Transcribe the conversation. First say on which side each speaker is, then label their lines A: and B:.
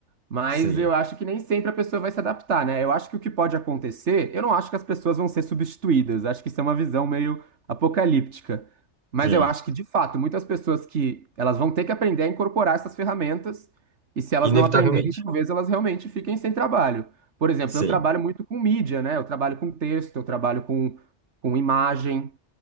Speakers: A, on the right; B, on the right.
A: Mas
B: Sim,
A: eu acho que nem sempre a pessoa vai se adaptar, né? Eu acho que o que pode acontecer, eu não acho que as pessoas vão ser substituídas. Acho que isso é uma visão meio apocalíptica. Mas
B: sim,
A: eu acho que, de fato, muitas pessoas que elas vão ter que aprender a incorporar essas ferramentas, e se elas
B: inevitavelmente.
A: não aprenderem, talvez elas realmente fiquem sem trabalho. Por exemplo,
B: Sim,
A: eu trabalho muito com mídia, né? Eu trabalho com texto, eu trabalho com, com imagem.